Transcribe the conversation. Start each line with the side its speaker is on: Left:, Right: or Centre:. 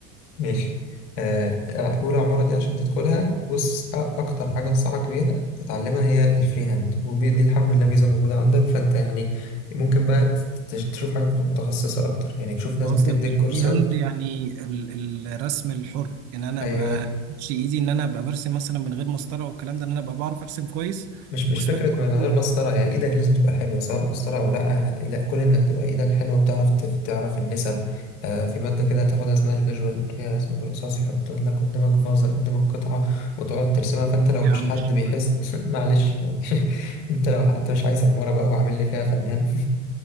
Left: ماشي آه، أولى عمارة دي عشان تدخلها بص أ- أكتر حاجة أنصحك بيها تتعلمها هي الفري هاند ودي دي الحمد لله ميزة موجودة عندك فأنت يعني ممكن بقى ت- ت- تشوف حاجة متخصصة أكتر يعني تشوف ناس
Right: أنا
Left: بتديك
Right: قصدك بالفري
Left: كورسات
Right: هاند يعني ال- ال- الرسم الحر يعني انا
Left: أيوه
Right: ابقى امشي ايدي ان انا ابقى برسم مثلا من غير مسطره والكلام ده ان انا ابقى بعرف ارسم كويس
Left: مش مش
Right: وسمعت
Left: فكرة
Right: برضه
Left: من غير
Right: من-
Left: مسطرة هي ايدك لازم تبقى حلوة سواء مسطرة او لا لا كون انك تبقى ايدك حلوة بتعرف تف- تعرف النسب آه في مادة كده تاخدها اسمها الفيجوال هي رسم بالرصاص يحط لك قدامك فازة قدامك قطعة وتقعد ترسمها فانت لو
Right: يا
Left: مش
Right: عم
Left: حد
Right: الشغل
Left: بيحس
Right: ده.
Left: <laughs> معلش يعني <laughs> انت لو ح- انت مش عايز عمارة بقى وعامل لي فيها فنان